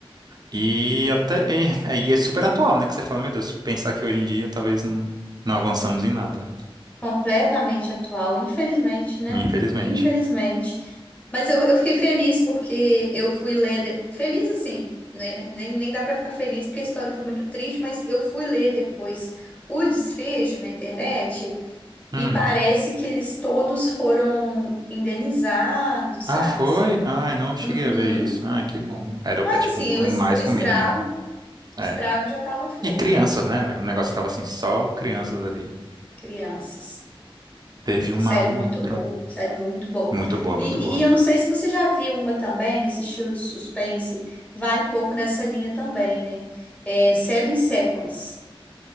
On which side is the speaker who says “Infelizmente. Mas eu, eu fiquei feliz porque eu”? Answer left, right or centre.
Left